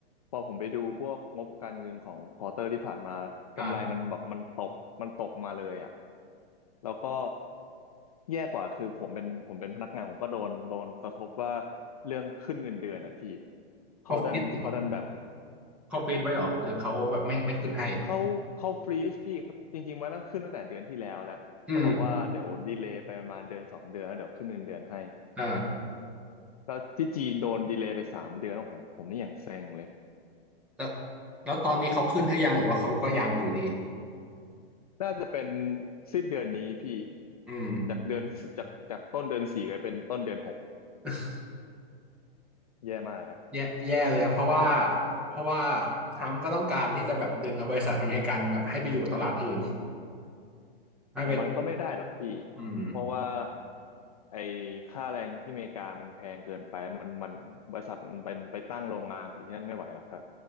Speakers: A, on the left; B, in the centre.
A: พอผมไปดูพวกงบการเงินของควอเตอร์ที่ผ่านมากำไรมันแบบมันตกมันตกมาเลยอ่ะ
B: อ่า
A: แล้วก็แย่กว่าคือผมเป็นผมเป็นพนักงานผมก็โดนโดนกระทบว่าเรื่องขึ้นเงินเดือนนะพี่เขาดันเขาดันแบบ
B: เขาฟีดหรือเขาฟีดไว้เหรอหรือเขาแบบไม่ไม่ขึ้นให้
A: เขาเขาฟรีซพี่จริงๆมันต้องขึ้นตั้งแต่เดือนที่แล้วแหละเขาบอกว่าเดี๋ยวดีเลย์ไปประมาณเดือนสองเดือนแล้วเดี๋ยวขึ้นเงินเดือนให้
B: อืมเออ
A: แล้วที่จีนโดนดีเลย์ไปสามเดือนโอ้โหผมนี่อย่างเซ็งเลย
B: แล้วแล้วตอนนี้เขาขึ้นให้ยังหรือว่าเขาก็ยังอยู่ดี
A: น่าจะเป็นสิ้นเดือนนี้พี่
B: อืม
A: จากเดือนจากจากต้นเดือนสี่ไปเป็นต้นเดือนหก
B: <laughs>
A: แย่มากนะ
B: แย่แย่เลยอะเพราะว่าเพราะว่าทรัมป์ก็ต้องการที่จะแบบดึงเอาบริษัทอเมริกันแบบให้ไปอยู่ตลาดอื่นไม่เปน
A: แต่มันก็ไม่ได้หรอกพี่
B: อืม
A: เพราะว่าไอ้ค่าแรงที่อเมริกามันแพงเกินไปมันมันบริษัทมันเป็นไปตั้งโรงงานผลิตที่นั่นไม่ไหวหรอกครับ